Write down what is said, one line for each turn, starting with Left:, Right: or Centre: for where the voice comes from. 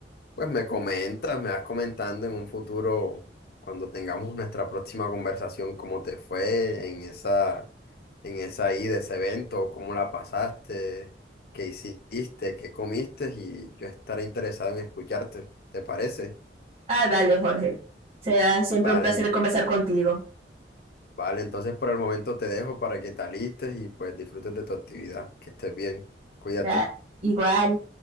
Left: pues me comentas, me vas comentando en un futuro, cuando tengamos nuestra próxima conversación, cómo te fue en esa, en esa ida, ese evento, cómo la pasaste, qué hiciste, qué comiste y yo estaré interesado en escucharte, ¿te parece?
Right: Ah, dale, Jorge. Será siempre
Left: Vale,
Right: un placer conversar contigo.
Left: vale, entonces por el momento te dejo para que te alistes y pues disfrutes de tu actividad, que estés bien, cuídate.
Right: Ya, igual.